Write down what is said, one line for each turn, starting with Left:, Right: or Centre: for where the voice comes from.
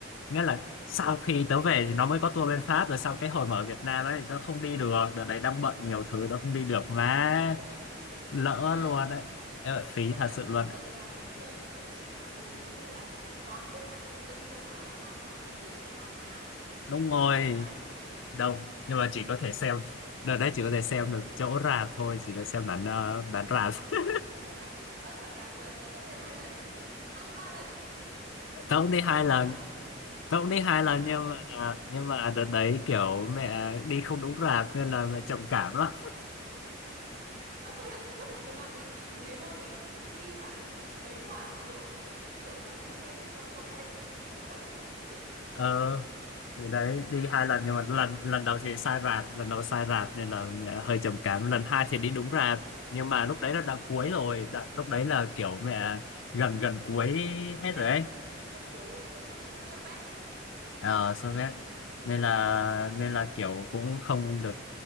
Left: nghĩa là sau khi tớ về thì nó mới có tour bên Pháp rồi sau cái hồi mà ở Việt Nam ấy tớ không đi được đợt đấy đang bận nhiều thứ tớ không đi được mà
Right: phí thế
Left: lỡ
Right: phí vãi
Left: luôn đấy Em ơi, phí
Right: cơ
Left: thật
Right: mà
Left: sự luôn
Right: công nhận là là cái đợt ở Sinh là hầu như là toàn bộ dân châu Á là lao vào cấu xé nhau mà
Left: đúng rồi
Right: sợ vãi
Left: đông nhưng mà chỉ có thể xem đợt đấy chỉ có thể xem
Right: giờ
Left: được chỗ rạp thôi chỉ được xem bản ờ, bản rạp <laughs>
Right: bản bản bản rạp ơ bản rạp tớ tớ tớ xem hai lần <laughs> hai hay ba lần ấy
Left: tớ cũng đi hai
Right: vui
Left: lần
Right: vãi
Left: tớ cũng đi hai
Right: vui
Left: lần
Right: vãi
Left: nhưng mà nhưng mà đợt đấy kiểu mẹ đi không đúng rạp nên là mẹ trầm cảm lắm
Right: tớ công nhận rất là nhiều bạn bị bị như thế luôn ấy đi phải mấy quả kiểu như kiểu là đi xem để cho cho biết ấy không quẩy không biết gì ấy
Left: ờ thì đấy đi hai
Right: trộm
Left: lần nhưng mà lần
Right: trộm
Left: lần đầu
Right: vì
Left: thì sai rạp lần đầu sai rạp nên là mẹ hơi trầm cảm lần hai thì đi đúng rạp nhưng mà lúc đấy là đã cuối
Right: <laughs>
Left: rồi đã, lúc đấy là kiểu mẹ gần gần cuối hết
Right: vét
Left: rồi
Right: à?
Left: ấy
Right: xuất kiểu xuất xuất xuất xuất vét à
Left: ờ so với nên là nên là kiểu cũng không được